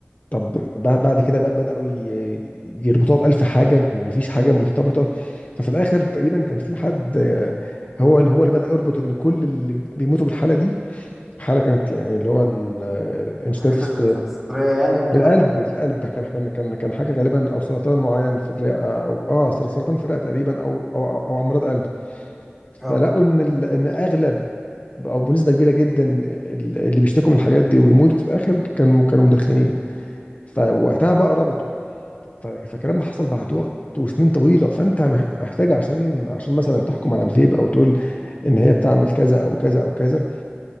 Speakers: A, on the left; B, in the centre.
A: طب بعد بعد كده بقى بداوا ي- يربطوها بالف حاجه مفيش حاجه مرتبطه ففي الاخر تقريبا كان في حد آه، هو اللي هو اللي بدا يربط ان كل اللي بيموتوا بالحاله دي حاله كانت يعني اللي هو ال- آه، الانشداد
B: الحاجات
A: في
B: الصدريه يعني والكلام
A: في القلب
B: ده
A: في القلب كان كان كان كان حاجه غالبا او سرطان معين في الرئه او اه سرطان في الرئه تقريبا او او او, أو امراض قلب فلقوا
B: اه
A: ان ال- ان اغلب او بنسبه كبيره جدا ال- اللي بيشتكوا من الحاجات دي وبيموتوا في الاخر كانوا كانوا مدخنين فوقتها بقى ربطوا ف- فالكلام ده حصل بعد وقت وسنين طويله فانت مح- محتاج عشان عشان مثلا تحكم على الفيب او تقول ان هي بتعمل كذا او كذا او كذا